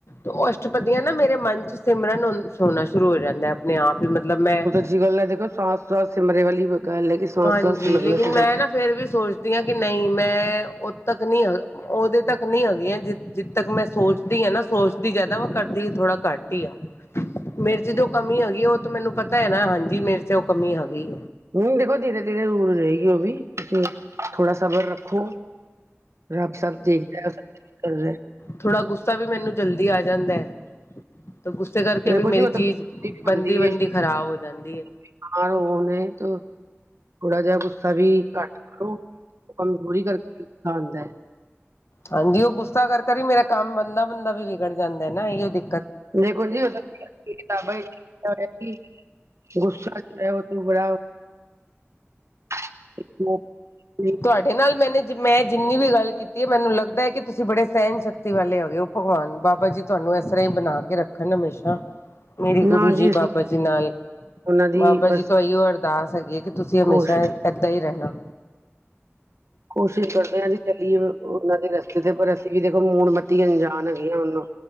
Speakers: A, on the left; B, on the right.
A: ਉਹ ਅਸ਼ਟਪਦੀਆਂ ਨਾ, ਮੇਰੇ ਮਨ'ਚ ਸਿਮਰਨ ਹੋਣਾ ਸ਼ੁਰੂ ਹੋ ਜਾਂਦਾ ਆਪਣੇ ਆਪ ਹੀ ਮਤਲਬ, ਮੈਂ
B: ਜੀ ਗੱਲ ਹੈ ਦੇਖੋ, ਸਵਾਸ, ਸਾਸ ਸਿਮਰੇ ਵਾਲੀ ਗੱਲ ਹੈ, ਕਿ ਸਾਸ
A: ਹਾਂਜੀ,
B: ਸਾਸ ਸਿਮਰਨਾ
A: ਲੇਕਿਨ ਮੈਂ ਨਾ ਫਿਰ ਵੀ ਸੋਚਦੀ ਹਾਂ ਕਿ ਨਹੀਂ, ''ਮੈਂ ਉਓਦ ਤੱਕ ਨਹੀਂ ਉਹਦੇ ਤੱਕ ਨਹੀਂ ਹੋਗੀਆਂ, ਜ, ਜਿੱਥ ਤੱਕ ਮੈਂ ਸੋਚਦੀ ਹਾਂ ਨਾ, ਸੋਚਦੀ ਜ਼ਿਆਦਾ ਵਾ, ਕਰਦੀ ਹ, ਥੋੜ੍ਹਾ ਘੱਟ ਹੀ ਆ। ਮੇਰੇ'ਚ ਜੋ ਕਮੀ ਹੋਗੀ ਉਹ ਤਾਂ ਮੈਨੂੰ ਪਤਾ ਹੈ ਨਾ, ਹਾਂਜੀ, ਮੇਰੇ'ਚ ਉਹ ਕਮੀ ਹੋਗੀ।
B: ਨਹੀ ਦੇਖੋ, ਧੀਰੇ- ਧੀਰੇ ਦੂਰ ਜਾਇਗੀ ਉਹ ਵੀ, ਤੁਸੀਂ ਥੋੜਾ ਸਬਰ ਰੱਖੋ। ਰਬ ਸਭ ਦੇਖਦਾ, ਓ ਸਭ ਠੀਕ ਕਰਦਾ।
A: ਥੋੜ੍ਹਾ ਗੁੱਸਾ ਵੀ ਮੈਨੂੰ, ਜਲਦੀ ਆ ਜਾਂਦਾ ਹੈ। ਤੋ ਗੁੱਸੇ ਕਰਕੇ
B: ਦੇਖੋ
A: ਵੀ
B: ਜੀ
A: ਮੇਰੀ
B: ਉਹ ਤਾਂ
A: ਚੀਜ਼, ਬਨਦੀ-ਬਨਦੀ
B: ਬਣਦੀ ਹੈ
A: ਖ਼ਰਾਬ ਹੋ ਜਾਂਦੀ ਏ।
B: ਬਿਮਾਰ ਹੋ ਨੇ ਤੋ, ਥੋੜਾ ਜਿਹਾ ਗੁੱਸਾ ਵੀ ਘੱਟ ਕਰੋ। ਉਹ, ਕਮ ਥੋੜੀ ਕਰਕੇ ਖਾਂਦਾ ਏ।
A: ਹਾਂਜੀ, ਉਹ ਗੁੱਸਾ ਕਰ-ਕਰ ਈ, ਮੇਰਾ ਕੰਮ ਬਨਦਾ- ਬੰਦਾ ਵੀ ਵਿਗੜ ਜਾਂਦਾ ਨਾ ਏਹੀਓ ਦਿ
B: ਦੇਖੋ ਜੀ ਉਹ ਕਿਤਾਬਾਂ ਹੀ <unintelligible> ਗੁੱਸਾ ਕਰੇ ਓ, ਤੋ ਬੜਾ <unintelligible>
A: ਤੁਹਾਡੇ ਨਾਲ ਮੈਨੇ ਕੀ, ਮੈਂ ਜਿੰਨੀ ਵੀ ਗੱਲ ਕੀਤੀ ਏ ਮੈਨੂੰ ਲੱਗਦਾ ਹੈ ਕਿ, ਤੁਸੀਂ ਬੜੇ ਸਹਿਣ-ਸ਼ਕਤੀ ਵਾਲੇ ਹੈਗੇ ਹੋ, ਭਗਵਾਨ ਬਾਬਾ ਜੀ ਤੁਹਾਨੂੰ ਇਸ ਤਰ੍ਹਾਂ ਹੀ ਬਣਾਕੇ ਰੱਖਣ ਹਮੇਸ਼ਾ, ਮੇਰੇ
B: ਨਾ
A: ਗੁਰੂ ਜੀ
B: ਅਸੀਂ
A: ਬਾਬਾ ਜੀ ਨਾਲ
B: ਉਹਨਾਂ ਦੀ
A: ਬਾਬਾ
B: ਬਸ
A: ਜੀ ਤੋਂ ਇਹੀਓ ਅਰਦਾਸ ਹੈਗੀ ਹੈ ਕਿ, ਤੁਸੀਂ ਹਮੇਸ਼ਾ
B: ਕੋਸ਼ਿਸ਼
A: ਐਦਾਂ ਹੀ ਰਹਿਣਾ।
B: ਕੋਸ਼ਿਸ਼ ਕਰਦੇ ਹਾਂ, ਜੀ ਉਹਨਾਂ ਦੇ ਰਸਤੇ ਤੇ ਪਰ, ਅਸੀਂ ਵੀ ਦੇਖੋ, ਮੂੜ ਮੱਤੀ ਅਣਜਾਨ ਹੈਗੀ ਹ ਉਹਨੂੰ।